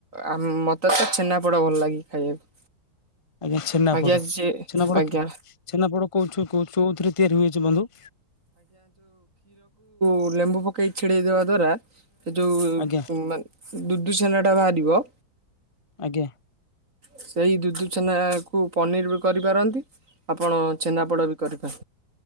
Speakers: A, on the right (about 35°); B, on the left (about 20°).
A: ଆମ୍ ମତେ ତ ଛେନାପୋଡା ଭଲ ଲାଗେ ଖାଇବାକୁ।
B: ଆଜ୍ଞା ଛେନାପୋଡ
A: ଆଜ୍ଞା ସିଏ
B: ଛେନାପୋଡ
A: ଆଜ୍ଞା
B: ଛେନାପୋଡ କଉ କଉଠୁ କୋଉଥୀରୁ ତିଆରି ହୋଇଛି ବନ୍ଧୁ।
A: କୁ ଲେମ୍ବୁ ପକେଇ ଛିଡେଇଦବା ଦ୍ଵାରା ସେ ଜଉ-ଉ-ଉ
B: ଆଜ୍ଞା
A: ମାନେ ଦୁଦୁସେନା ଟା ବାହାରିବ।
B: ଆଜ୍ଞା।
A: ସେଇ ଦୁଧୁ ଛେନାକୁ ପନିର ବି କରିପାରନ୍ତି। ଆପଣ ଛେନାପୋଡ଼ ବି କରିପା